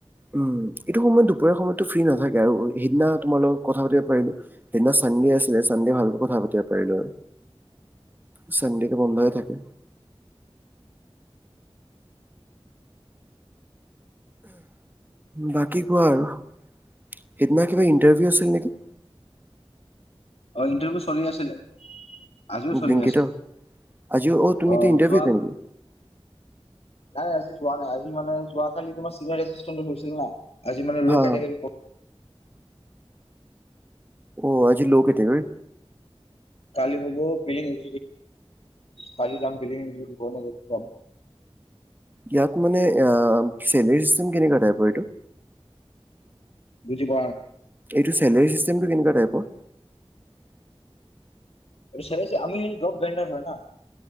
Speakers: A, on the right; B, on the left.
A: উম এইটো সময়ত দুপৰীয়া সময়তো ফ্ৰ্ৰী নাথাকে আৰু সেইদিনা তোমাৰ লগত কথা পাতিব পাৰিলো সেইদিনা চানডে আছিলে চানডিয়ে ভালো কথা পাতিব পাৰিলো চানডেটো বন্ধ হৈ থাকে বাকী কোৱা আৰু সিদিনা কিবা ইণ্টাৰভিউ আছিল নেকি
B: অ ইণ্টাৰভিউ চলি আছিলে আজিও চলি
A: ব্লিংকিটৰ
B: আছে
A: আজি অ' তুমি
B: আহ
A: এতিয়া ইণ্টাৰভিউত
B: যোৱ
A: নেকি
B: নাই নাই আজি যোৱা নাই আজি মানে যোৱা কালি তোমাৰ চিনিয় এিে গৈছিল ন আজিানে
A: হা
B: ল' কেেী
A: হা অ আজি কেটেগৰী
B: কালি হ'ব বিলিংিভ কালি যাম ফিলি গ নাম
A: ইয়াত মানে অ চেলৰ চিেম কেনেকুৱা াই ব এইটো
B: বুজি ক
A: এইটো চেলোৰীিেমটো কেনেুৱা টাইপৰ
B: চেমি হ জ্ৰব ভেণ্ডাৰ হয় না